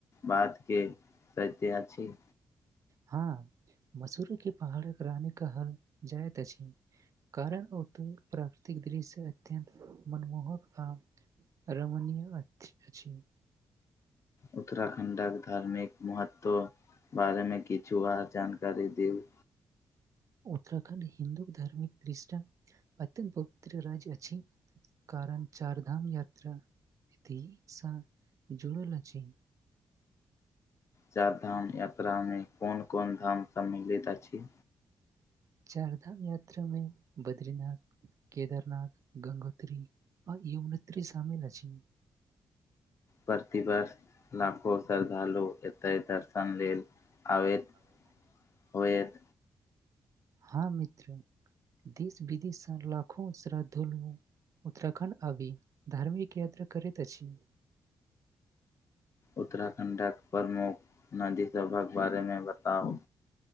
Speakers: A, on the left; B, on the right.
A: बातके सत्य अछि
B: हँ मसूरी के पहाड़क रानी कहल जायइत अछि कारण औतऽक प्राकृतिक उ दृश्य अत्यन्त मनमोहक आ रमणीय अछि
A: उत्तराखण्डक धार्मिक महत्व बारेमे किछु आहां जानकारी देब
B: उत्तराखंड हिन्दू धार्मिक दृष्टा अत्यन्त पवित्र राज्य अछि कारण चार धाम यात्रा एतहि स जुड़ल अछि
A: चार धाम यात्रामे कोन कोन धाम सम्मिलित अछि
B: चार धाम यात्रामे बद्रीनाथ केदारनाथ गगोत्री अ यमनोत्री शामिल अछि
A: प्रतिवर्ष लाखो श्रद्धालु एतैय दर्शन लेल अबैत
B: अबे
A: होयत
B: हँ मित्र देश विदेश स लाखो श्रद्धालु उत्तराखण्ड आबि धार्मिक यात्रा करैत अछि
A: उत्तराखण्डक प्रमुख नदीसभक बारेमे बताउ